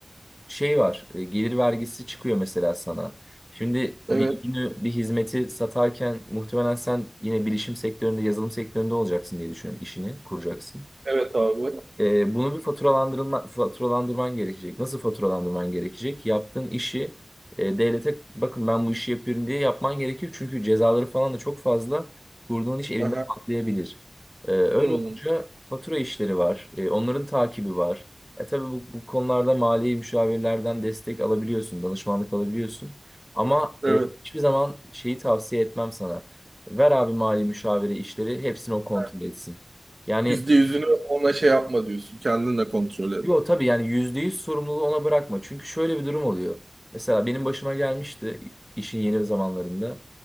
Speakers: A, in the centre; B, on the right (about 55°).
A: şey var e, gelir vergisi çıkıyor mesela sana. Şimdi
B: Evet.
A: bir ürünü bir hizmeti satarken muhtemelen sen yine bilişim sektöründe yazılım sektöründe olacaksın diye düşünüyorum işini kuracaksın.
B: Evet abi.
A: Ee, bunu bir faturalandırma, faturalandırman gerekecek. Nasıl faturalandırman gerekecek? Yaptığın işi e, devlete bakın ben bu işi yapıyorum diye yapman gerekir. Çünkü cezaları falan da çok fazla. Kurduğun iş elinde
B: Aha.
A: patlayabilir. Ee, öyle
B: Hmm.
A: olunca fatura işleri var. E, onların takibi var. E, tabii bu, bu konularda mali müşavirlerden destek alabiliyorsun, danışmanlık alabiliyorsun. Ama
B: Evet.
A: e, hiçbir zaman şeyi tavsiye etmem sana. Ver abi mali müşavire işleri, hepsini o kontrol
B: Ha,
A: etsin. Yani
B: Yüzde yüzünü ona şey yapma diyorsun. Kendinle kontrol et.
A: Yo tabii yani %100 sorumluluğu ona bırakma. Çünkü şöyle bir durum oluyor. Mesela benim başıma gelmişti işin yeni zamanlarında.